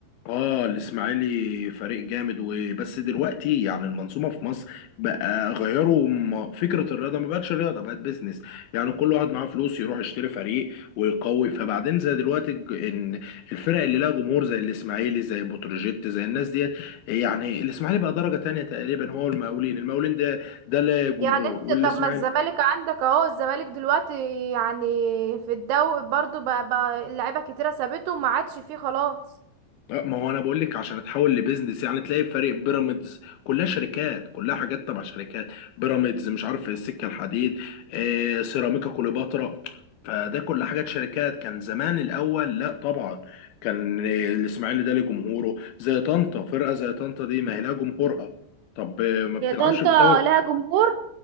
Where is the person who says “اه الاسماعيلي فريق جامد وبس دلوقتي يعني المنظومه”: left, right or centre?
Left